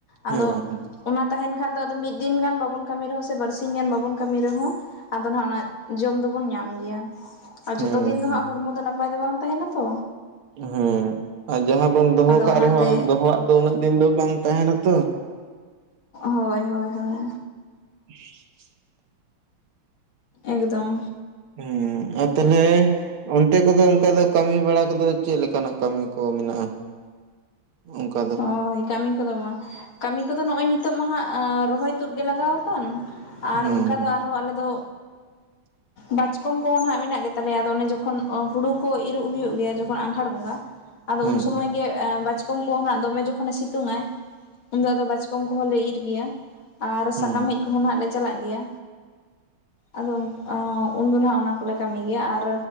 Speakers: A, on the left; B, on the right.
A: ᱟᱫᱚ
B: ᱦᱮᱸ
A: ᱚᱱᱟ ᱛᱟᱦᱮᱱ ᱠᱷᱟᱱ ᱫᱚ ᱟᱫᱚ ᱢᱤᱫ ᱫᱤᱱ ᱜᱟᱱ ᱵᱟᱵᱚᱱ ᱠᱟᱹᱢᱤ ᱨᱮᱦᱚᱸ ᱥᱮ ᱵᱟᱨᱥᱤᱧ ᱜᱟᱱ ᱵᱟᱵᱚᱱ ᱠᱟᱹᱢᱤ ᱨᱮᱦᱚᱸ ᱟᱫᱚ ᱱᱟᱦᱟᱜ ᱚᱱᱟ ᱡᱚᱢ ᱫᱚᱵᱚᱱ ᱧᱟᱢ ᱜᱮᱭᱟ ᱟᱨ
B: ᱦᱮᱸ
A: ᱡᱷᱚᱛᱚ ᱫᱤᱱ ᱫᱚ ᱦᱟᱸᱜ ᱦᱚᱲᱢᱚ ᱫᱚ ᱱᱟᱯᱟᱭ ᱫᱚ ᱵᱟᱝ ᱛᱟᱦᱮᱱᱟ ᱛᱚ᱾
B: ᱦᱮᱸ ᱟᱨ ᱡᱟᱦᱟᱸ ᱵᱚᱱ ᱫᱚᱦᱚ
A: ᱟᱫᱚ
B: ᱠᱟᱜ
A: ᱚᱱᱟᱛᱮ
B: ᱨᱮᱦᱚᱸ ᱫᱚᱦᱚᱣᱟᱜ ᱫᱚ ᱩᱱᱟᱹᱜ ᱫᱤᱱ ᱫᱚ ᱵᱟᱝ ᱛᱟᱦᱮᱱᱟ ᱛᱚ᱾
A: ᱦᱳᱭ ᱦᱳᱭ ᱦᱳᱭ᱾
B: <inaudible>
A: ᱮᱠᱫᱚᱢ᱾
B: ᱦᱩᱸ ᱟᱨ ᱛᱟᱞᱦᱮ ᱚᱱᱛᱮ ᱠᱚᱫᱚ ᱚᱱᱠᱟ ᱫᱚ ᱠᱟᱹᱢᱤ ᱵᱟᱲᱟ ᱠᱚᱫᱚ ᱪᱮᱫ ᱞᱮᱠᱟᱱᱟᱜ ᱠᱟᱹᱢᱤ ᱠᱚ ᱢᱮᱱᱟᱜᱼᱟ? ᱚᱱᱠᱟ ᱫᱚ᱾
A: ᱦᱳᱭ ᱠᱟᱹᱢᱤ ᱠᱚᱫᱚ ᱵᱟᱝ, ᱠᱟᱹᱢᱤ ᱠᱚᱫᱚ ᱱᱚᱜᱼᱚᱭ ᱱᱤᱛᱚᱜ ᱢᱟ ᱦᱟᱸᱜ ᱨᱚᱦᱚᱭ ᱛᱩᱫ ᱜᱮ ᱞᱟᱜᱟᱣ ᱟᱠᱟᱱ᱾
B: ᱦᱮᱸ
A: ᱟᱨ ᱚᱱᱠᱟ ᱫᱚ ᱟᱨᱦᱚᱸ ᱟᱞᱮ ᱫᱚ
B: <inaudible>
A: ᱵᱟᱪᱠᱚᱢ ᱠᱚᱦᱚᱸ ᱱᱟᱜ ᱢᱮᱱᱟᱜ ᱜᱮᱛᱟᱞᱮᱭᱟ ᱟᱫᱚ ᱚᱱᱮ ᱡᱚᱠᱷᱚᱱ ᱦᱩᱲᱩ ᱠᱚ ᱤᱨᱚᱜ ᱦᱩᱭᱩᱜ ᱜᱮᱭᱟ ᱡᱚᱠᱷᱚᱱ ᱟᱸᱜᱷᱟᱲ ᱵᱚᱸᱜᱟ ᱟᱫᱚ
B: ᱦᱮᱸ
A: ᱩᱱ ᱥᱚᱢᱚᱭ ᱜᱮ ᱮ ᱵᱟᱪᱠᱚᱢ ᱠᱚᱦᱚᱸ ᱱᱟᱜ ᱫᱚᱢᱮ ᱡᱚᱠᱷᱚᱱᱮ ᱥᱤᱛᱩᱝ ᱟᱭ, ᱩᱱ ᱫᱚ ᱵᱟᱪᱠᱚᱢ ᱠᱚᱦᱚᱸᱞᱮ ᱤᱨ ᱜᱮᱭᱟ ᱟᱨ
B: ᱦᱮᱸ
A: ᱥᱟᱠᱟᱢ ᱦᱮᱡ ᱠᱚᱦᱚᱸ ᱱᱟᱜᱞᱮ ᱪᱟᱞᱟᱜ ᱜᱮᱭᱟ᱾ ᱟᱫᱚ ᱩᱝ ᱚ ᱩᱱᱫᱚ ᱱᱟᱦᱟᱜ ᱚᱱᱟ ᱠᱚᱞᱮ ᱠᱟᱹᱢᱤ ᱜᱮᱭᱟ ᱟᱨ